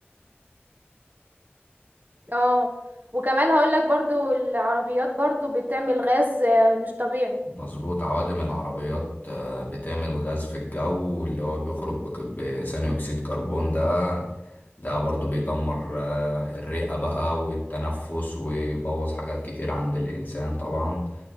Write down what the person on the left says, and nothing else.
مظبوط عوادم العربيات آه، بتعمل غاز في الجو اللي هو بيخرج بك- بثاني أكسيد كربون ده ده برضو بيدمر آه، الرئة بقى والتنفس ويبوظ حاجات كتير عند الإنسان طبعا